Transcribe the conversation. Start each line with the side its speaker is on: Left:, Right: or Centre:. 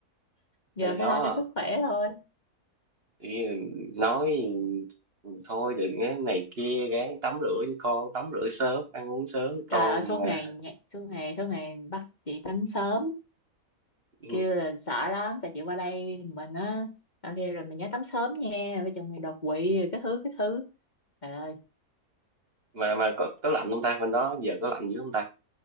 Left: giờ
Right: này đó
Left: phải lo cho sức khỏe thôi
Right: thì nói "Ừ, thôi đừng á, này kia ráng tắm rửa cho con tắm rửa sớm ăn uống sớm cho
Left: trời
Right: con
Left: ơi suốt
Right: mà
Left: ngày nhảy- suốt ngày suốt ngày bắt chị tắm sớm
Right: ừ,
Left: kêu là sợ lắm tại chị qua đây mình á ở đây rồi mình nhớ tắm sớm nha với chồng mày đột quỵ rồi cái thứ cái thứ trời ơi
Right: mà mà có, có lạnh không ta bên đó giờ có lạnh dữ không ta